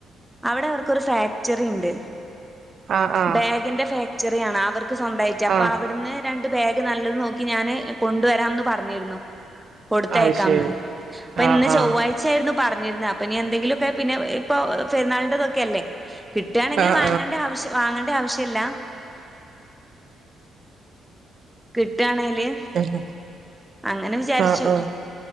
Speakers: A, in the centre; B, on the right.
A: അവിടെ വർ ഇക്ക് ഒരുഫാക്ടറി ണ്ട്
B: ആഹ് ആഹ്
A: ബാഗിന്റെ ഫാക്ടറിആണ് അവർക്ക് സ്വന്തമായിട്ട് അപ്പോ
B: ആഹ്
A: അവിടുന്ന് രണ്ട് ബാഗ് നല്ലത് നോക്കി ഇക്ക്ഞാന് കൊണ്ടുവരാന്ന് പറഞ്ഞിരുന്നു കൊടുത്തയക്കാംന്ന്
B: അത് ശരി
A: അപ്പൊ
B: ആഹ്
A: ഇന്ന്
B: ആഹ്
A: ചൊവ്വാഴ്ച ആയിരുന്നു പറ ഞ്ഞിരിന്ന് അപ്പ നീ എന്തങ്കിലും പ്പെ പിന്നെ ഇപ്പൊ പെരുന്നാൾ ഇട്ടത്തൊക്കെല്ലേ കിട്ടുകയാണെങ്കിൽ
B: ആഹ്
A: വാങ്ങേണ്ട ആവശ്യ വാങ്ങേണ്ട ആവശ്യല്ല കിട്ടാണേല്
B: ആഹ്
A: അങ്ങനെ വിചാരിച്ചു
B: ആഹ് ആഹ്